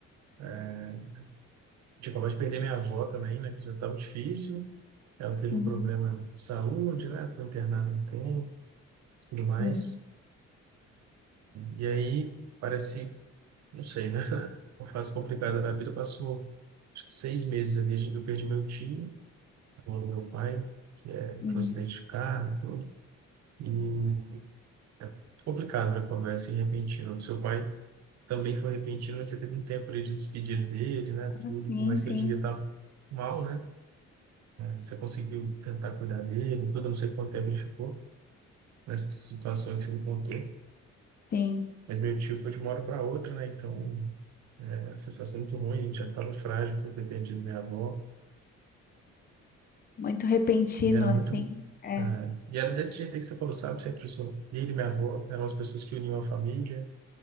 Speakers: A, on the right; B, on the left.
A: É, tipo, acabou de perder minha avó também, né? Que já estava difícil. Ela teve
B: uhum,
A: um problema de saúde, né? Foi internada um tempo, tudo mais.
B: uhum,
A: E aí, parece, não sei, né? <laughs> Uma fase complicada da vida. Passou, acho que seis meses ali. a gente- Eu perdi meu tio, irmão do meu pai, que é um
B: uhum.
A: acidente de carro e tudo. E é complicado, né? Conversa assim, repentina. O seu pai também foi repentino, né? você teve um tempo ali de despedir dele, né?
B: Ah,
A: Tudo,
B: sim,
A: por mais que
B: sim,
A: ele devia estar mal, né? Você conseguiu tentar cuidar dele, tudo, não sei quanto tempo ele ficou nessa situação que você me contou.
B: sim.
A: Mas meu tio foi de uma hora para outra, né? Então, é, a sensação muito ruim, a gente já estava frágil por ter perdido minha avó.
B: Muito repentino,
A: Ele era
B: assim.
A: muito.
B: É,
A: é, e era desse jeito aí que você falou, sabe? Sempre sou. Ele e minha avó eram as pessoas que uniam a família.